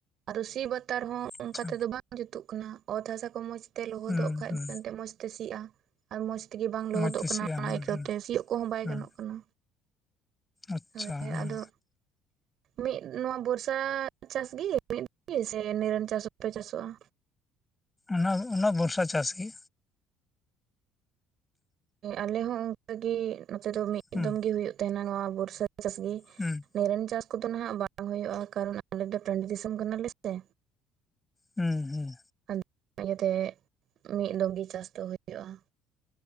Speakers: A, on the right; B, on the left.
A: ᱟᱫᱚ ᱥᱤ ᱵᱟᱛᱟᱨ ᱦᱚᱸ
B: ᱟᱪᱪᱷᱟ
A: ᱚᱱᱠᱟ ᱛᱮᱫᱚ ᱵᱟᱝ ᱡᱩᱛᱩᱜ ᱠᱟᱱᱟ ᱚᱛ ᱦᱟᱥᱟ ᱠᱚ ᱢᱚᱸᱡᱽ ᱛᱮ ᱞᱚᱦᱚᱫᱚᱜ
B: ᱦᱩᱸ
A: ᱠᱷᱟᱱ
B: ᱦᱩᱸ
A: ᱮᱛᱮ ᱢᱚᱸᱡᱽᱛᱮ ᱥᱤᱜᱼᱟ᱾ ᱟᱨ ᱢᱚᱸᱡᱽ ᱛᱮᱜᱮ ᱵᱟᱝ ᱞᱚᱦᱚᱫᱚᱜ
B: ᱢᱚᱡᱽ ᱛᱮ
A: ᱠᱟᱱᱟ
B: ᱥᱤᱜᱼᱟ
A: ᱚᱱᱟ
B: ᱦᱩᱸ
A: ᱟᱹᱭᱠᱟᱹᱣᱛᱮ
B: ᱦᱩᱸ
A: ᱥᱤᱭᱳᱜ ᱠᱚᱦᱚᱸ ᱵᱟᱭ
B: ᱦᱩᱸ
A: ᱜᱟᱱᱚᱜ ᱠᱟᱱᱟ᱾
B: ᱟᱪᱪᱷᱟ
A: ᱦᱳᱭ
B: ᱦᱮᱸ
A: ᱟᱫᱚ ᱢᱤᱫ ᱱᱚᱣᱟ ᱵᱚᱨᱥᱟ ᱪᱟᱥᱜᱤ ᱢᱤᱫ ᱫ ᱜᱮ ᱥᱮ ᱱᱤᱨᱚᱱ ᱪᱟᱥ ᱦᱚᱸᱯᱮ ᱪᱟᱥᱚᱜᱼᱟ?
B: ᱚᱱᱟ ᱚᱱᱟ ᱵᱚᱨᱥᱟ ᱪᱟᱥ ᱜᱮ
A: ᱟᱞᱮ ᱦᱚᱸ ᱚᱱᱠᱟᱜ ᱜᱮ ᱱᱚᱛᱮ ᱫᱚ ᱢᱤᱫ
B: ᱦᱩᱸ
A: ᱫᱚᱢ ᱜᱮ ᱦᱩᱭᱩᱜ ᱛᱟᱦᱮᱱᱟ, ᱱᱚᱣᱟ ᱵᱚᱨᱥᱟ ᱪᱟᱥ ᱜᱤ᱾
B: ᱦᱩᱸ
A: ᱱᱤᱨᱮᱱ ᱪᱟᱥ ᱠᱚᱫᱚ ᱱᱦᱟᱜ ᱵᱟᱝ ᱦᱩᱭᱩᱜᱼᱟ, ᱠᱟᱨᱚᱱ ᱟᱞᱮ ᱫᱚ ᱴᱟᱺᱰᱤ ᱫᱤᱥᱚᱢ ᱠᱟᱱᱟ ᱞᱮᱥᱮ
B: ᱦᱩᱸ ᱦᱩᱸ
A: ᱟ ᱤᱭᱟᱹᱛᱮ ᱢᱤᱫ ᱫᱚᱢ ᱜᱮ ᱪᱟᱥ ᱫᱚ ᱦᱩᱭᱩᱜᱳᱼᱟ᱾